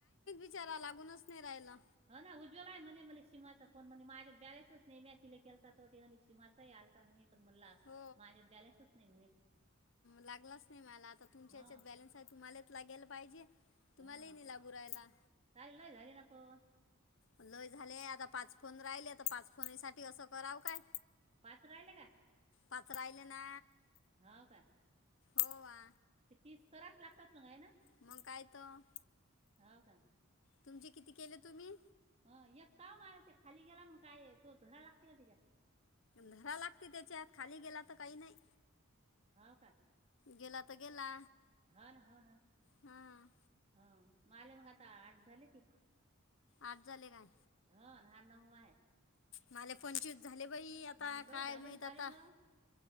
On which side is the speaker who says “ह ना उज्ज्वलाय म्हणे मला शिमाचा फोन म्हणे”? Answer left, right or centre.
Right